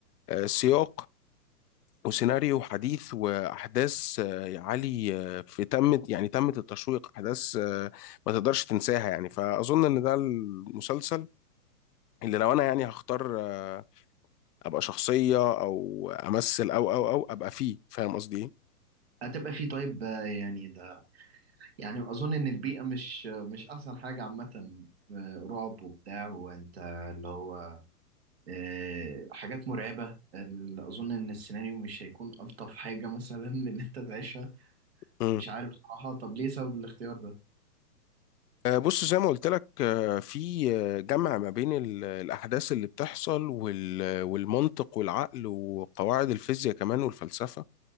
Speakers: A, on the left; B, on the right.
A: آه، سياق وسيناريو حديث واحداث آه، عالي آه، في تمت يعني تمت التشويق احداث آه، ما تقدرش تنساها يعني فاظن ان ده المسلسل اللي لو انا يعني هختار آه، ابقى شخصيه او امثل او او او ابقى فيه فاهم قصدي ايه
B: هتبقى فيه طيب آه، يعني ده يعني اظن ان البيئه مش مش احسن حاجه عامه في رعب وبتاع وانت اللي هو آه، حاجات مرعبه ال- اظن ان السيناريو مش هيكون الطف حاجه مثلا <laughs> ان انت تعيشها
A: مم.
B: مش عارف بصراحه طب ليه سبب الاختيار ده؟
A: آه، بص زي ما قلت لك آه، في آه، جمع ما بين ال- الأحداث اللي بتحصل وال- والمنطق والعقل وقواعد الفيزياء كمان والفلسفة